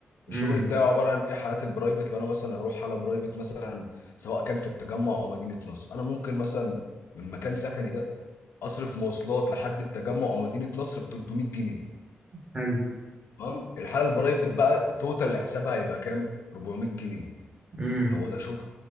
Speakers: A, on the left; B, on the right.
A: الشغل
B: امم
A: بتاعي عباره عن ايه حالات البرايفت لو انا مثلا هروح حاله برايفت مثلا سواء كان في التجمع او مدينه نصر انا ممكن مثلا من مكان سكني ده اصرف مواصلات لحد التجمع او مدينه نصر ب 300 جنيه
B: حلو
A: تمام الحاله البرايفت بقى التوتال اللي حسابها هيبقى كام 400 جنيه
B: امم
A: ده هو ده شغل